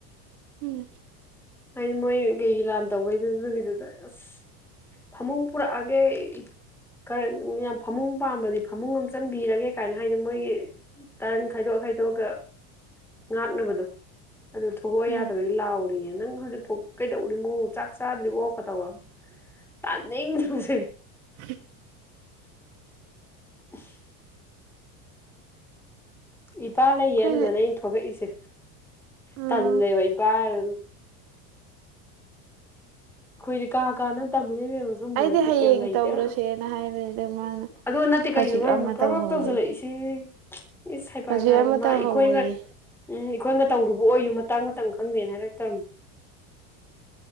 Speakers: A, on the right; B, in the centre.
A: ꯎꯝ
B: ꯍꯥꯏꯗꯤ ꯃꯣꯏ ꯀꯩꯒꯤ ꯂꯥꯟ ꯇꯧꯕꯩꯗꯨꯗꯨꯒꯤꯗꯨꯗ ꯑꯁ ꯐꯃꯨꯡ ꯄꯨꯔꯛꯑꯒꯦ ꯈꯔ ꯌꯥꯝ ꯐꯃꯨꯡ ꯄꯥꯝꯕꯗꯤ ꯐꯃꯨꯡ ꯑꯃ ꯆꯟꯕꯤꯔꯒꯦ ꯀꯥꯏꯅ ꯍꯥꯏ ꯍꯥꯏꯗꯤ ꯃꯣꯏꯒꯤ ꯇꯔꯟ ꯈꯥꯏꯗꯣꯛꯑ ꯈꯥꯏꯗꯣꯛꯑꯒ ꯉ ꯅꯕꯗꯨ ꯑꯗꯨ ꯊꯣꯛꯂ
A: ꯎꯝ
B: ꯌꯥꯗꯕꯒꯤ ꯂꯥꯎꯎꯔꯤꯅ ꯅꯪ ꯍꯧꯖꯤꯛꯐꯥꯎ ꯀꯩꯗꯧ ꯎꯔꯤꯃꯣ ꯆꯥꯛ ꯆꯥꯗ꯭ꯔꯤꯕꯣ ꯀꯇꯧꯔ ꯇꯥꯅꯤꯡꯗꯁꯦ
A: <inaudible>
B: <inaudible> ꯏꯄꯥ ꯂꯩꯌꯦ
A: ꯑꯩꯈꯣꯏꯗꯤ
B: ꯑꯗꯨꯗꯅ ꯑꯩꯅ ꯊꯣꯛꯂꯛꯏꯁꯦ
A: ꯎꯝ
B: ꯇꯂꯦꯕꯩꯕꯜ ꯈꯣꯏꯗꯤ ꯀꯥ ꯀꯥꯅ ꯁꯨꯝꯕ
A: ꯑꯩꯗꯤ
B: ꯕꯤꯠ
A: ꯍꯌꯦꯡ
B: ꯌꯥꯝ ꯂꯩꯇꯦꯕ
A: ꯇꯧꯔꯁꯦꯅ ꯍꯥꯏꯕꯅꯦ ꯑꯗꯨ ꯃꯥꯅ
B: ꯑꯗꯨꯒ ꯅꯠꯇꯦ ꯀꯅꯣ
A: ꯍꯧꯖꯤꯛ
B: ꯍꯥꯏ
A: ꯑꯃ
B: ꯄ꯭ꯔꯣꯚꯞ
A: ꯇꯧꯍꯧꯋꯦ
B: ꯇꯧꯁꯤꯜꯂꯛꯏꯁꯤ ꯏꯁ ꯁꯩꯐꯖ
A: ꯍꯧꯖꯤꯛ
B: ꯍꯥꯏꯕ
A: ꯑꯃ
B: ꯃꯥ
A: ꯇꯧꯍꯧꯋꯦꯌꯦ
B: ꯑꯩꯈꯣꯏ ꯎꯝ ꯑꯩꯈꯣꯏꯒ ꯇꯧꯔꯨꯕ ꯑꯣꯏꯌꯨ ꯃꯇꯥꯡ ꯃꯇꯝ ꯈꯪꯗꯦꯅ ꯍꯥꯏꯔꯛꯇꯧꯔ